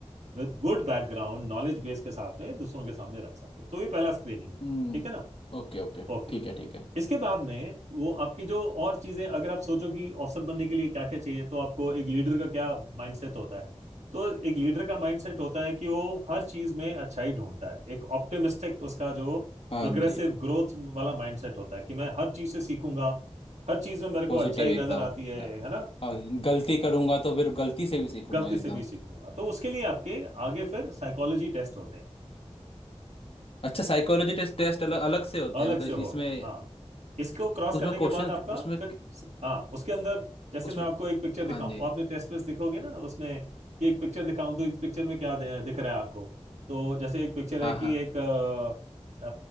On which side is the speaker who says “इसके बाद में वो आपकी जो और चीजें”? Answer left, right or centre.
Right